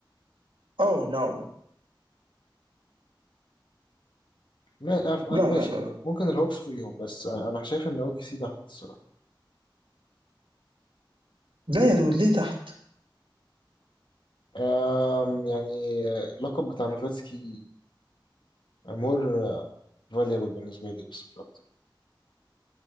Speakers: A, on the right; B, on the left.
A: اوه نو
B: ما- أف-
A: لا
B: ماشي
A: لا لا
B: يعني
A: لا
B: ممكن الهوكس فوقيهم بس أه، انا شايف ان اوكي سي تحت الصراحه
A: لا يا دود ليه تحت؟
B: أم، يعني أه، اللقب بتاع نوفاتسكي مور فاليبل بالنسبه لي بس مش اكتر